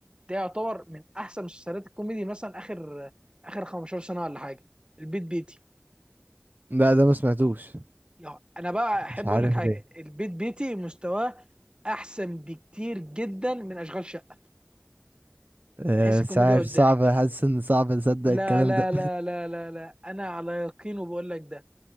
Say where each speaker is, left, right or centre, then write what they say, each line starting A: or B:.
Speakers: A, on the right; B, on the right.
A: ده يعتبر من احسن مسلسلات الكوميدي مثلا اخر اخر 15 سنه ولا حاجه البيت بيتي
B: لا ده ما سمعتوش
A: يعني انا بقى احب
B: مش عارف
A: اقول لك حاجه
B: ليه
A: البيت بيتي مستواه احسن بكتير جدا من اشغال شقه
B: آه،
A: من حيث الكوميديا
B: مش عارف
A: والضحك
B: صعب حاسس ان صعب اصدق
A: لا
B: الكلام
A: لا
B: ده
A: لا لا لا لا انا على يقين وبقول لك ده